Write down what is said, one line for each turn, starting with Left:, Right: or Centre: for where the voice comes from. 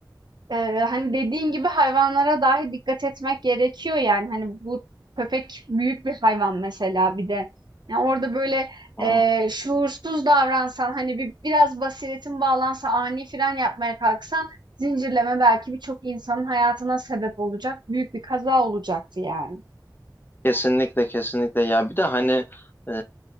Right: Ee, hani dediğin gibi hayvanlara dahi dikkat etmek gerekiyor yani hani bu köpek büyük bir hayvan mesela bir de yani orada böyle
Left: Hı.
Right: e, şuursuz davransan hani bir biraz basiretin bağlansa ani fren yapmaya kalksan zincirleme belki birçok insanın hayatına sebep olacak büyük bir kaza olacaktı yani.
Left: Kesinlikle kesinlikle. Ya bir de hani e,